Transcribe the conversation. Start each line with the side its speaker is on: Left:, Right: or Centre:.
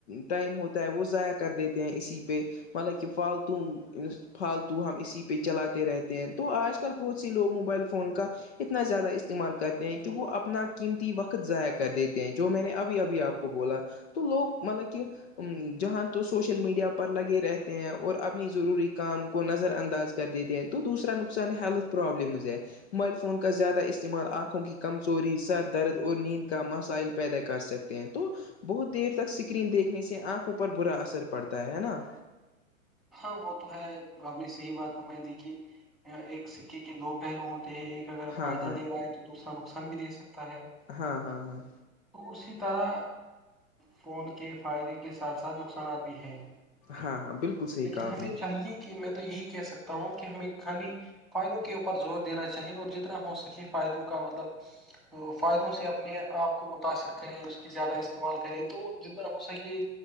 Left: ٹائم ہوتا ہے وہ ضائع کر دیتے ہیں اسی پہ مطلب کہ کہ فالتو فالتو ہم اسی پہ چلاتے رہتے ہیں تو آج کل بہت سی لوگ موبائل فون کا اتنا زیادہ استعمال کرتے ہیں کہ وہ اپنا قیمتی وقت ضائع کر دیتے ہیں جو میں نے ابھی ابھی آپ کو بولا تو لوگ مطلب کہ جہاں تو سوشل میڈیا پر لگے رہتے ہیں اور اپنی ضروری کام کو نظر انداز کر دیتے ہیں دوسرا نقصان ہیلتھ پرابلممز ہے موبائل فون کا زیادہ اس استعمال آنکھوں کی کمزوری سر درد اور نیند کا مسائل پیدا کر سکتے ہیں تو بہت دیر تک اسکرین دیکھنے سے آنکھوں پر برا اثر پڑتا ہے نا
Centre: ہاں وہ تو ہے آپ نے صحیح بات فرمائی دیکھی ایک سکے کے دو پہلو ہوتے ہیں ایک اگر
Left: ہاں
Centre: فائدہ
Left: ہاں
Centre: دے رہا ہے تو دوسرا نقصان بھی دے سکتا ہے
Left: ہاں ہاں ہاں
Centre: تو اسی طرح فون کے فائدے کے ساتھ ساتھ نقصانات بھی ہیں
Left: ہاں ہاں بالکل صحیح
Centre: لیکن
Left: کہا آپ
Centre: ہمیں
Left: نے
Centre: چاہیے کہ میں تو یہی کہہ سکتا ہوں کہ ہمیں خالی فائدوں کے اوپر زور دینا چاہیے اور جتنا ہو سکے فائدوں کا مطلب فائدوں سے اپنے آپ کو متاثر کریں اس کی زیادہ استعمال کریں تو جتنا ہو سکے